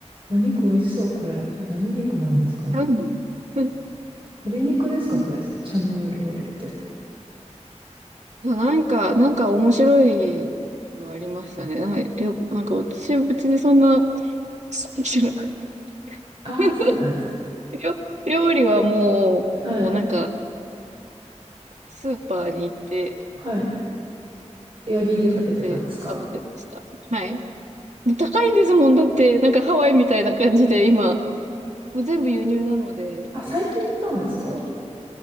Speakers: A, on the right; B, on the right.
A: お肉美味しそう、これ。何肉なんですかね。
B: 何うん
A: 鶏肉ですか、
B: うん
A: これ。チャムロ料理って。
B: あなんか、なんか面白いのありましたね。はいよ、なんか私別にそんな、じゃなかった。
A: ああ、
B: <laughs>
A: そうなんですか。
B: 料料理はもう、
A: はい。
B: もうなんか、スーパーに行って、
A: はい。エアビーで食べてたんですか
B: 買って食べてました。はい。で高いんですもん。だって、なんかハワイみたいな感じで、今、もう全部輸入なので、
A: あ、最近行ったんですか